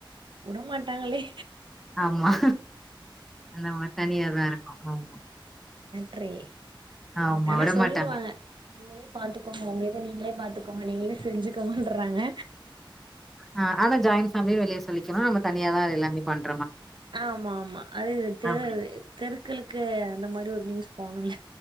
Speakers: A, on the right (about 60°); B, in the centre.
A: வுடமாட்டாங்களே
B: ஆமா அந்த மாரி தனியாதா ருக்கோ ஆமா
A: ட்ரே
B: ஆமா
A: ஆனா
B: விடமாட்டாங்க
A: சொல்லிருவாங்க நீங்களே பாத்துக்கோங்க உங்க இத நீங்களே பாத்துக்கோங்க நீங்களே செஞ்சுக்கோங்கன்றறாங்க
B: அ ஆனா ஜாய்ன் ஃபேம்லின் வெளிய சொல்லிக்கிலா நம்ம தனியாதா அது எல்லாமே பண்
A: ஆமா ஆமா அது தெரு
B: அப்டி
A: தெருக்களுக்கு அந்த மாரி ஒரு நியூஸ் போணுல